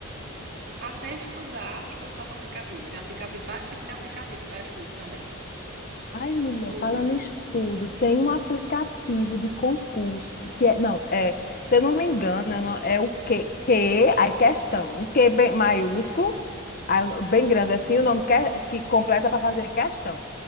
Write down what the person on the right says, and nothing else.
Até estudar tem que comprar para aplicativo, tem aplicativo, vários tipos de aplicativo para estudo também,
tudo.